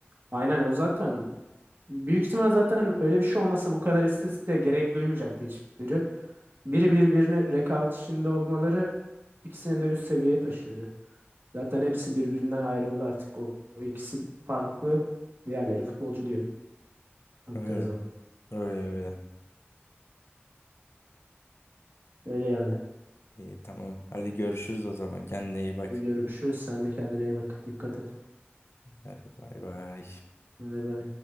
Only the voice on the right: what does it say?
Aynen o zaten büyük ihtimal zaten öyle bir şey olmasa bu kadar istatistiğe gerek duymayacaktı hiçbiri. Biri birbirine rekabet içinde olmaları ikisini de üst seviyeye taşıdı. Zaten hepsi birbirinden ayrıldı artık. O, o ikisi farklı. Diğerleri futbolcu diyorum baktığın
zaman.
Öyle yani.
Hadi görüşürüz. Sen de kendine iyi bak. Dikkat et.
Bay bay.